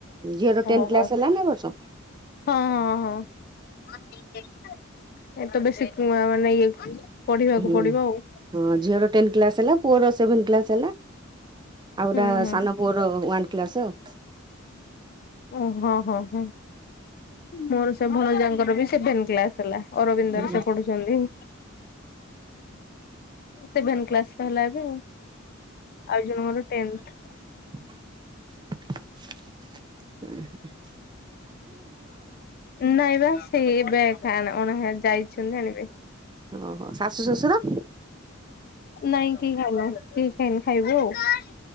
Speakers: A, on the right; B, on the left.
A: ଝିଅର
B: ଓହୋ
A: ଟେନ୍ କ୍ଲାସ ହେଲା ନା ଏ ବର୍ଷ?
B: ହଁ ହଁ ହଁ <unintelligible> ଏତେ ବେଶୀ କୁଆଁ ମାନେ ଇଏ କଁ ପଢିବାକୁ
A: ହୁଁ
B: ପଡିବ ଆଉ।
A: ହଁ ଝିଅର ଟେନ୍ କ୍ଲାସ ହେଲା ପୁଅର ସେଭେନ କ୍ଲାସ ହେଲା <inaudible> ଆଉ
B: ହୁଁ
A: ଗୋଟେ
B: ହୁଁ
A: ସାନ ପୁଅର ୱାନ୍ କ୍ଲାସ୍ ଆଉ।
B: ଓଃ ହଁ ହଁ ହଁ ମୋର ସେ ଭଣଯାଙ୍କର ବି ସେଭେନ୍ କ୍ଲାସ ହେଲା। ଅରବିନ୍ଦରେ
A: ହୁଁ
B: ସେ ପଢୁଛନ୍ତି <inaudible> ସେଭେନ୍ କ୍ଲାସ୍। ହେଲା ଏବେ ଆଉ <inaudible> ଆଉ ଜଣେ ମୋର ଟେନ୍ଥ।
A: <unintelligible> ଉଁ ହୁଁ।
B: ନାଇଁ ବା ସେଇ ଏବେ ଅଣା ଯାଇଛନ୍ତି ଆଣିବେ
A: ଓହୋ ଶାଶୁ ଶଶୁର
B: ନାଇଁ କେଇ ଖାଇନୁ କେଇ ଖାଇନୁ ଖାଇବୁ ଆଉ।